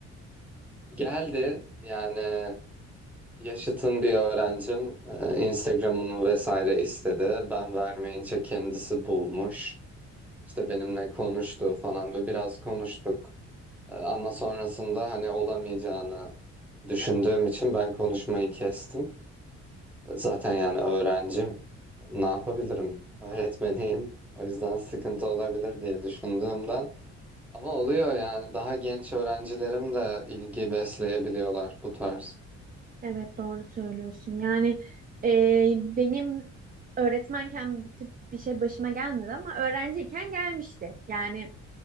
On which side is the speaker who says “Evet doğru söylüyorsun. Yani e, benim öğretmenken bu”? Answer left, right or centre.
Right